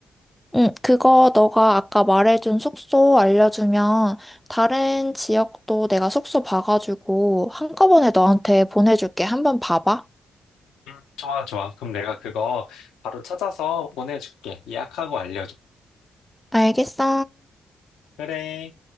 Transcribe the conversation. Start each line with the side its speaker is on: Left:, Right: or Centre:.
Centre: 응, 그거 너가 아까 말해준 숙소 알려주면 다른 지역도 내가 숙소 봐가지고 한꺼번에 너한테 보내줄게. 한번 봐봐.
Left: 응, 좋아, 좋아. 그럼 내가 그거 바로 찾아서 보내줄게. 예약하고 알려줘.
Centre: 알겠어.
Left: 그래.